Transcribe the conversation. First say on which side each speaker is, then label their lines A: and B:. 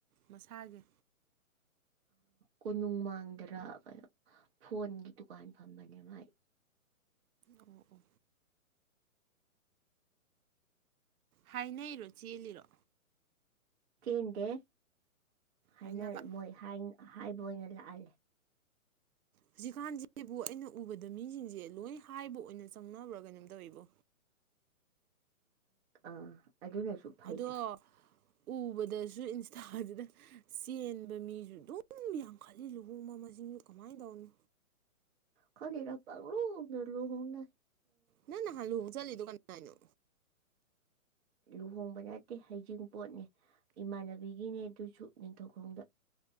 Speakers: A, on the right; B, on the right.
A: ꯃꯁꯥꯒꯤ
B: ꯀꯣꯅꯨꯡ ꯃꯥꯡꯗꯔ ꯐꯣꯟꯒꯤ ꯗꯨꯀꯥꯟ ꯐꯝꯕꯅꯦ ꯃꯥꯏ
A: ꯑꯣ ꯑꯣ ꯍꯥꯏꯅꯩꯔꯣ ꯆꯦꯜꯂꯤꯔꯣ
B: ꯀꯗꯦ ꯍꯥꯏꯅꯔ
A: ꯍꯥꯏꯅꯕ
B: ꯃꯣꯏ ꯍꯥꯏ ꯍꯥꯏꯕ ꯑꯣꯏꯅ ꯂꯥꯛꯑꯜꯂꯦ
A: ꯍꯧꯖꯤꯛꯀꯥꯟꯁꯤꯕꯨ ꯑꯩꯅ ꯎꯕꯗ ꯃꯤꯁꯤꯡꯁꯦ ꯂꯣꯏ ꯍꯥꯏꯕ ꯑꯣꯏꯅ ꯆꯪꯅꯕ꯭ꯔꯥ ꯀꯩꯅꯣꯝ ꯇꯧꯋꯤꯕꯣ
B: ꯑꯥ ꯑꯗꯨꯅꯁꯨ ꯐꯩꯗ
A: ꯑꯗꯣ ꯎꯕꯗꯁꯨ ꯏꯟꯁꯇꯥꯗꯨꯗ ꯆꯦꯟꯕ ꯃꯤꯁꯨ ꯑꯗꯨꯝ ꯌꯥꯝ ꯈꯜꯂꯤ ꯂꯨꯍꯣꯡꯕ ꯃꯁꯤꯡꯗꯨ ꯀꯃꯥꯏꯅ ꯇꯧꯅꯣ
B: ꯈꯅꯤꯔ ꯂꯨꯅ ꯂꯨꯅ
A: ꯅ ꯅ ꯍꯜꯂꯨ ꯆꯠꯂꯤꯗꯨ ꯀꯥꯟꯅꯣ
B: ꯂꯨꯍꯣꯡꯕ ꯅꯠꯇꯦ ꯍꯩꯖꯤꯡ ꯄꯣꯠꯅꯦ ꯏꯃꯥꯟꯅꯕꯤꯒꯤꯅꯦ ꯑꯗꯨꯁꯨ ꯅꯤꯡꯊꯧꯈꯣꯡꯗ